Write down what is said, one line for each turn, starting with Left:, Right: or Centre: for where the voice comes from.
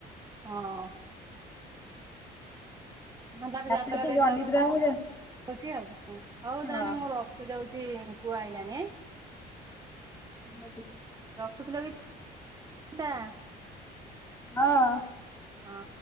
Right: ହଁ ହଁ ତାର
Left: ରାତିରେ
Right: ଯାତ୍ରା
Left: ଟିକେ
Right: ଦେଖା
Left: ଅନିଦ୍ରା
Right: ହଉ
Left: ଯେ
Right: ହଉଛି ଆଉ, ହଉ
Left: ହଁ
Right: ତାହେଲେ ମୁଁ ରଖିଦଉଛି। ଛି ପୁଅ ଆଇଲାଣି।
Left: <unintelligible>
Right: ରଖୁଚିଲୋ ଗୀତା।
Left: ହଁ।
Right: ହଁ।